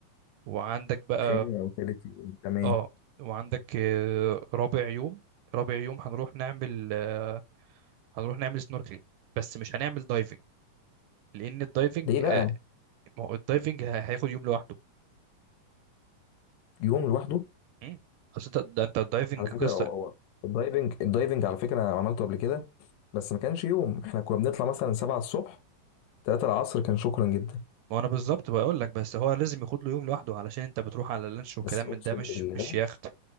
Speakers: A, on the right; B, on the left.
A: وعندك بقى
B: تاني او تالت يوم تمام
A: اه وعندك آه، رابع يوم رابع يوم هنروح نعمل آه، هنروح نعمل سنوركلينج بس مش هنعمل دايفنج لان الدايفنج
B: ليه بقى
A: ما هو الدايفنج هي- هياخد يوم لوحده
B: يوم لوحده
A: مم. اصل انت ده انت الدايفنج
B: على
A: قصه
B: فكره هو هو الدايفنج الدايفنج على فكره انا عملته قبل كده بس ما كانش يوم احنا كنا بنطلع مثلا 7 الصبح 3 العصر كان شكرا جدا
A: ما انا بالظبط بقول لك بس هو لازم ياخد له يوم لوحده علشان انت بتروح على لانش وكلام
B: بس اقسم
A: من ده مش
B: بالله
A: مش يخت